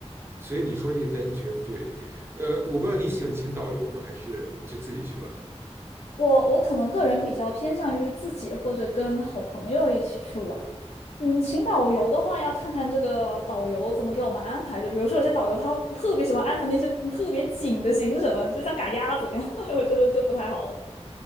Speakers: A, on the right (about 20°); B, on the left (about 70°).
A: 所以你说这个担心确实对。呃，我不知道你喜欢请导游吗，还是就自己去玩？
B: 我我可能个人比较偏向于自己或者跟好朋友一起去玩。嗯，请导游的话，要看看这个导游怎么给我们安排。就比如说，有些导游他特别喜欢安排那些嗯特别紧的行程，就像赶鸭子一样，<laughs> 我觉得就不太好。